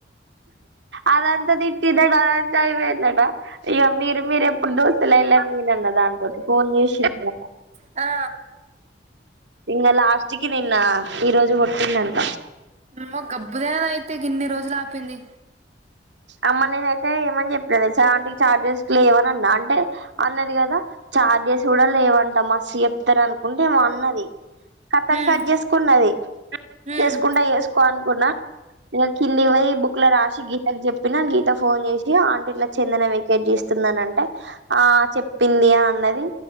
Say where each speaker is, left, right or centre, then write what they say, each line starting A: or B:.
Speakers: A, on the right; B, on the right.
A: అదంతా తిట్టిందట అదంతా అయిపోయిందట ఇ మీరు మీరు ఎప్పుడు దోస్తులు వెళ మీన్న దాంతోటి ఫోన్ చేసిందట
B: ఆ
A: ఇంకా అస్ట్కి నిన్న ఈ రోజు కొట్టిందంట
B: నుమ్మో గబ్బుదేనా అయితే కన్ని రోజులు ఆపింది
A: అమ్మ నేనయితే ఏమని చెప్పిననుస అంటికి ఛార్జెస్ లేవని అన్నా అంటే అన్నది కదా చార్జెస్ కూడా లేవంట మస్తు చెప్తార అనుకుంటే ఏమ అన్నది కతం
B: హ్మ్
A: కట్ చేసుకున్నది
B: హ్మ్
A: చేసుకుంటా వేసుకో అనుకున్నా కిందివ బుక్ల రాసి గ చెప్పిన గీత ఫోన్ చేసి అంటీ ఇట్లా చెందన వెకేట్ చేస్తుందని అంటే ఆ చెప్పింది అన్నది